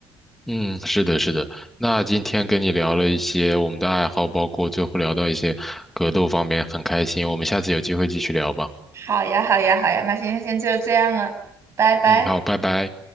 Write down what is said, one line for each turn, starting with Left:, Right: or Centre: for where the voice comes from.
Centre: 嗯，是的，是的。那今天跟你聊了一些我们的爱好，包括最后聊到一些格斗方面，很开心。我们下次有机会继续聊吧。
Right: 好呀，好呀，好呀，那今天先就这样了，拜拜。
Centre: 嗯，好，拜拜。